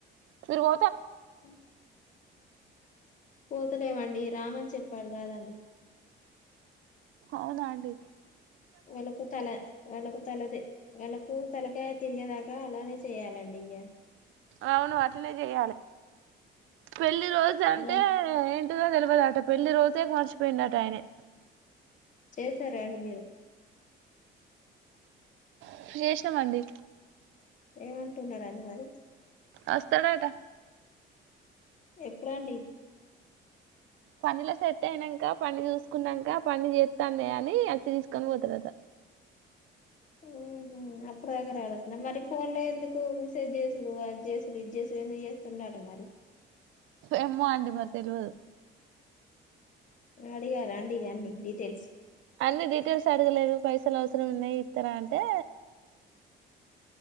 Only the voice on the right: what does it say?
మీరు పో
అవునాండి
అవును అట్లనే చెయ్యాలి పెళ్లి రోజు అంటే
ఏంటిదో తె తెలవదుటా పెళ్లి రోజే మర్చిపోయిండట ఆయనే
ఇప్పుడు చేసినం అండి
వస్తాడు అట
పనిలో సెట్ అయినాక పని చూసుకున్నాక, పని చేస్తాండ అని అచ్చి తీసుకొని పోతారట
ఏమో అండి మరి తెల్వదు
అన్ని డీటెయిల్స్ అడగలేదు పైసలు అవసరం ఉన్నాయి ఇతర టే